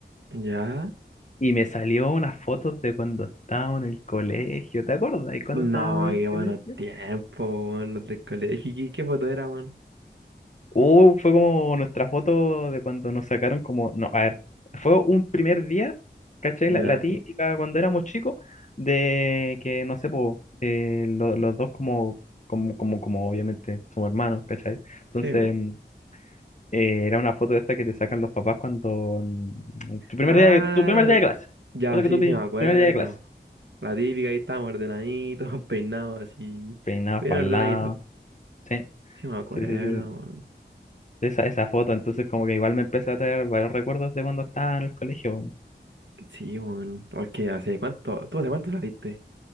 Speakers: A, on the right; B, on the left.
A: ¿Ya?
B: Y me salió unas fotos de cuando estábamos en el colegio, ¿te acuerdas? ¿Y cuando
A: No,
B: estábamos en
A: qué
B: el
A: bueno
B: colegio?
A: tiempo, weón, los del colegio. ¿Qué, qué foto era, weón?
B: Uh, fue como nuestra foto de cuando nos sacaron como, no, a ver, fue un primer día, ¿cachai?
A: Ya,
B: La, la típica cuando éramos chicos, de que, no sé, po, eh, lo- los dos como, como, como, como obviamente somos hermanos, ¿cachai? Entonces,
A: sí, weón.
B: mm, eh, era una foto de esta que te sacan los papás cuando, mm, tu primer
A: Ah,
B: día de, tu primer día de clase,
A: ya,
B: o sea
A: sí,
B: que tu pri-
A: sí, me acuerdo.
B: primer día de clase,
A: La típica, ahí estamos ordenaditos, <laughs> peinados así,
B: peinados
A: bien
B: para
A: ordenaditos.
B: el lado, sí,
A: Sí, me acuerdo,
B: sí, sí, sí.
A: weón.
B: Esa, esa foto, entonces como que igual me empezó a traer varios recuerdos de cuando estaba en el colegio.
A: Sí, weón. Porque, ¿hace cuánto? ¿Tú hace cuánto saliste?